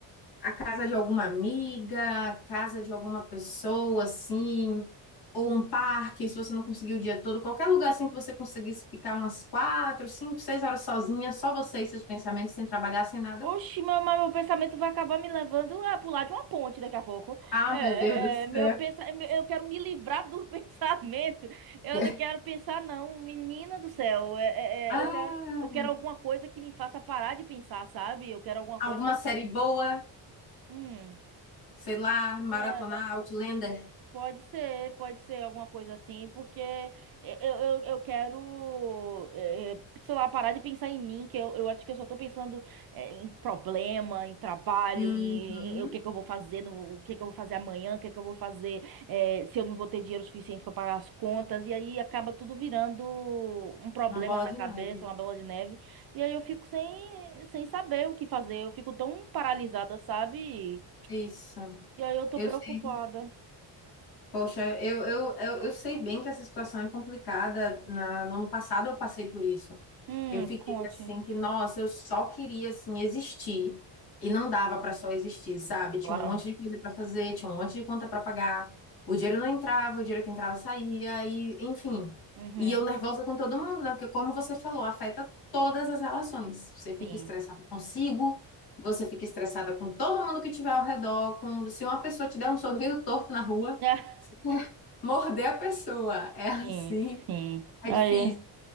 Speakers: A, on the left (about 55°); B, on the right (about 50°).
A: casa de alguma amiga, casa de alguma pessoa assim, ou um parque, se você não conseguir o dia todo, qualquer lugar assim que você conseguisse ficar umas quatro, cinco, seis horas sozinha, só você e seus pensamentos, sem trabalhar, sem nada?
B: Oxi, meu, mas meu pensamento vai acabar me levando a pular de uma ponte daqui a pouco.
A: Ah,
B: É, é,
A: meu Deus do céu!
B: é, meu pensa... Eu quero me livrar do <laughs> pensamento. Eu
A: <laughs>
B: não quero pensar, não. Menina do céu, é, é,
A: Ah!
B: é, eu quero, eu quero alguma coisa que me faça parar de pensar, sabe? Eu quero alguma
A: Alguma
B: coisa.
A: série boa?
B: Hum.
A: Sei lá, maratonar
B: é.
A: Outlander?
B: Pode ser, pode ser alguma coisa assim, porque eh, eu, eu, eu quero, eh, eh, sei lá, parar de pensar em mim, que eu, eu acho que eu só tô pensando, eh, em problema, em trabalho,
A: Uhum.
B: em, em o que que eu vou fazer, no, o que que eu vou fazer amanhã, o que que eu vou fazer, eh, se eu não vou ter dinheiro suficiente para pagar as contas, e aí acaba tudo virando um problema
A: Uma bola
B: na
A: de
B: cabeça,
A: neve.
B: uma bola de neve, e aí eu fico sem, sem saber o que fazer, eu fico tão paralisada, sabe?
A: Isso.
B: E aí eu tô
A: Eu
B: preocupada.
A: sei. Poxa, eu, eu, eu, eu sei bem que essa situação é complicada. Na, no ano passado eu passei por isso.
B: Hum,
A: Eu fiquei
B: conte.
A: assim que, nossa, eu só queria assim existir e não dava para só existir, sabe? Tinha
B: Claro.
A: um monte de coisa para fazer, tinha um monte de conta para pagar. O dinheiro não entrava, o dinheiro que entrava saía e, enfim.
B: Uhum.
A: E eu nervosa com todo mundo, né? Porque como você falou, afeta todas as relações. Você fica
B: Sim.
A: estressada consigo, você fica estressada com todo mundo que tiver ao redor, com se uma pessoa te der um sorriso torto na rua,
B: <laughs>
A: <laughs> morder a pessoa. É assim,
B: É, sim, sim.
A: é
B: Aí,
A: difícil,